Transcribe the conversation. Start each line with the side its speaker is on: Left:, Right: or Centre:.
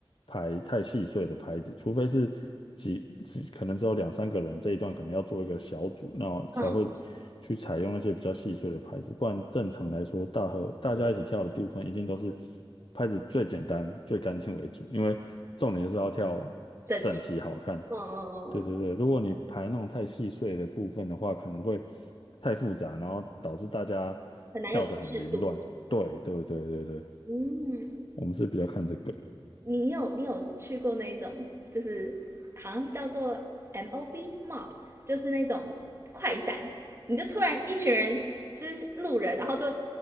Left: 排太细碎的拍子，除非是几几可能只有两三个人这一段可能要做一个小组，那才会
Right: 嗯，
Left: 去采用那些比较细碎的拍子，不然正常来说，大合大家一起跳的部分一定都是拍子最简单、最干净为主，因为重点就是要跳整齐好看。
Right: 整齐，嗯嗯嗯嗯，
Left: 对对对，如果你排那种太细碎的部分的话，可能会太复杂，然后导致大家跳得很凌乱。
Right: 很难有一致度。
Left: 对对对对对，
Right: 嗯，
Left: 我们是比较看这个
Right: 你有你有去过那一种，就是好像是叫做 M O B mob，就是那种快闪，你就突然一群人就是路人，然后就